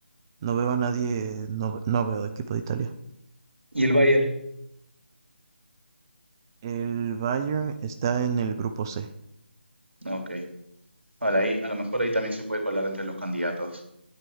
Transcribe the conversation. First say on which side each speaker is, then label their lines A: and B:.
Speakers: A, on the right; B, on the right.
A: no veo a nadie, no, no veo equipo de Italia.
B: Y el Bayern,
A: El Bayern está en el grupo C.
B: Ok. Ahora ahí, a lo mejor ahí también se puede colar entre los candidatos.